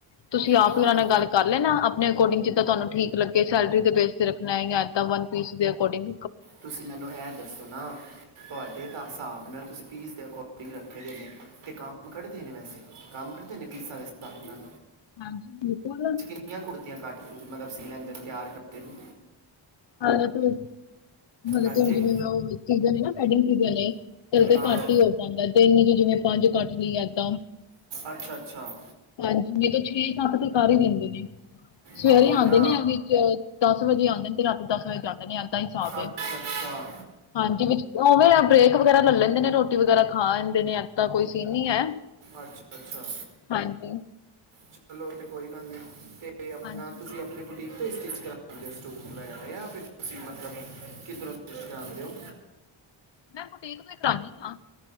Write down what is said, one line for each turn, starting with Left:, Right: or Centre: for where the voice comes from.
Left: ਤੁਸੀਂ ਆਪ
Right: ਹਾਂ
Left: ਹੀ ਉਹਨਾਂ ਨਾਲ ਗੱਲ ਕਰ ਲੈਨਾ, ਆਪਣੇ ਅਕੋਡਿੰਗ ਜਿੱਦਾਂ ਤੁਹਾਨੂੰ ਠੀਕ ਲੱਗੇ। ਸੈਲਰੀ ਦੇ ਬੇਸ ਤੇ ਰੱਖਣਾ ਹੈਗਾ ਐ ਤਾਂ ਵਨ ਪੀਸ ਦੇ ਅਕੋਡਿੰਗ
Right: ਤੁਸੀਂ ਮੈਨੂੰ ਐ ਦੱਸੋ ਨਾ, ਤੁਹਾਡੇ ਤਾਂ ਸਾਬ੍ਹ ਨਾਲ ਤੁਸੀਂ ਪੀਸ ਦੇ ਅਕੋਡਿੰਗ ਰੱਖੇ ਦੇ ਨੇ ਤੇ ਕੰਮ ਕੱਢਦੇ ਨੇ ਵੈਸੇ ਕੰਮ ਕਢਦੇ ਨੇ ਪੀਸਾ ਦੇ ਸਾਬ੍ਹ ਨਾਲ?
Left: ਹਾਂਜੀ, ਬਿਲਕੁਲ।
Right: ਕਿਨੀਆ ਕੁੜਤੀਆਂ ਕੱਟ ਕੇ, ਮਤਲਬ ਸੀ ਲੈਂਦੇ ਨੇ ਤਿਆਰ ਕਰਦੇ ਨੇ।
Left: ਹਰ ਇੱਕ ਲ‌ਈ। ਜਿਵੇਂ
Right: ਹਾਂਜੀ
Left: ਤੇ ਹੁਣ ਜਿਵੇਂ ਉਹ ਸੀਜ਼ਨ ਏ ਨਾ, ਵੈਡਿੰਗ ਸੀਜ਼ਨ ਏ ਤੇਜ ਤੇ
Right: ਹਾਂ
Left: ਘੱਟ ਈ ਹੋ ਪਾਂਦਾ, ਦਿਨ 'ਚ ਜਿਵੇਂ ਪੰਜ ਕੱਟ ਲੀਏ ਤਾਂ
Right: ਅੱਛਾ ਅੱਛਾ
Left: ਹਾਂਜੀ, ਨਹੀਂ ਤੇ ਛੇ ਤੋਂ ਅੱਠ ਤੋਂ ਕਰ ਹੀ ਦਿੰਦੇ ਨੇ। ਸਵੇਰੇ
Right: ਹਾਂ ਉਹੀ
Left: ਆਉਂਦੇ
Right: ਨਾ
Left: ਨੇ, ਵਿੱਚ ਦਸ ਵਜੇ ਆਉਂਦੇ ਨੇ ਤੇ, ਰਾਤ। ਦੱਸ ਵਜ ਤੇ ਆਂਦੇ ਨੇ, ਏਦਾਂ ਹੀ ਹਿਸਾਬ ਏ।
Right: ਅੱਛਾ ਅੱਛਾ
Left: ਹਾਂਜੀ, ਵਿੱਚ ਉਵੇਂ ਆ ਬ੍ਰੇਕ ਵਗੈਰਾ ਲੈ ਲੈਂਦੇ ਨੇ, ਰੋਟੀ ਵਗੈਰਾ ਖਾ ਆਂਦੇ ਨੇ, ਇਦਾਂ ਕੋਈ ਸੀਨ ਨਹੀਂ ਹੈ।
Right: ਅੱਛਾ -ਅੱਛਾ,
Left: ਹਾਂਜੀ
Right: ਚਲੋ ਤੇ ਕੋਈ ਗੱਲ ਨੀ ਤੇ। ਤੇ, ਆਪਣਾ
Left: ਹਾਂਜੀ
Right: ਤੁਸੀਂ ਆਪਣੇ। ਬੁਟੀਕ ਤੇ ਹੀ ਸਟਿੱਚ ਕਰਵਾਉਂਦੇ ਹੋ, ਸੂਟ ਵਗੈਰਾ ਜਾਂ, ਫਿਰ ਤੁਸੀਂ ਮਤਲਬ, ਕਿੱਧਰੋਂ ਸਟਿਚ ਕਰਾਉਂਦੇ ਹੋ?
Left: ਮੈਂ ਬੁਟੀਕ ਤੋਂ ਹੀ ਕਰਾਨੀ ਆ